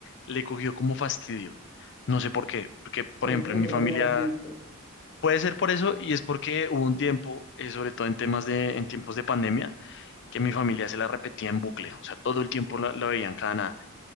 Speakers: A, on the left; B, on the left.
A: le cogió como fastidio. No sé por qué, porque, por
B: pero
A: ejemplo,
B: es porque
A: en mi
B: no
A: familia.
B: te la has visto.
A: Puede ser por eso y es porque hubo un tiempo, eh, sobre todo en temas de, en tiempos de pandemia, que mi familia se la repetía en bucle, o sea, todo el tiempo la, la veían cada nada